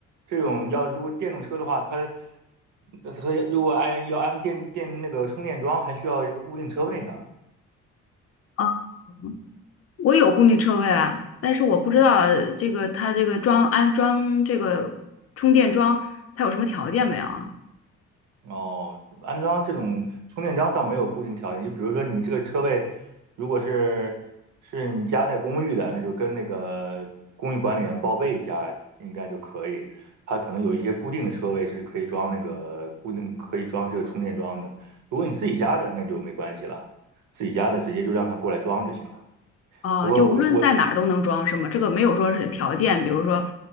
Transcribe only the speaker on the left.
啊，<laughs> 我有固定车位啊，但是我不知道这个它这个装安装这个充电桩，它有什么条件没有？
哦，
就无论在哪儿都能装是吗？这个没有说是条件，比如说